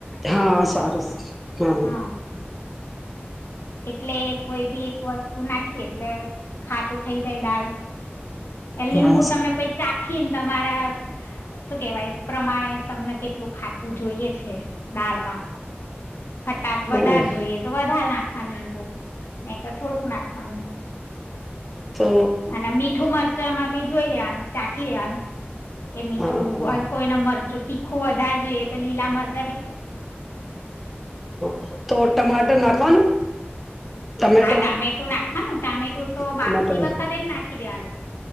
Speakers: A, in the centre; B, on the left.
A: હા સારું હમ
B: હા એટલે કોઈ બી એક વસ્તુ નાખી એટલે ખાટું થઈ જાય દાળ એ લીંબુ
A: હા
B: તમે પછી ચાખીને તમારા શું કેવાય પ્રમાણે તમને કેટલું ખાટું જોઈએ છે દાળમાં ખટશ
A: સારું
B: વધારે જોઈએ તો વધારે ના હા લીંબુ ને થોડુંક નાખવાનું
A: તો
B: અને મીઠું મરચામાં બી જોઈ લેવાનું ચાખી લેવાનું કે મીઠું
A: હા
B: કોઈના મરચું ટી ખુ વધારે જોઈએ તો લીલા મર
A: <unintelligible> ટમાટર નાખવાનું. ટમેટો
B: હા ટામેટું નાખવાનું ટામેટું તો
A: ટમેટો
B: બાફતી વખતે જ નાખી દેવાનું